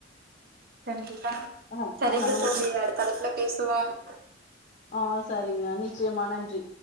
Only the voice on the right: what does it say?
தங்கி <unintelligible>
சரிங்க
தோலி அடுத்தஅலைப்புல பேசுவோம்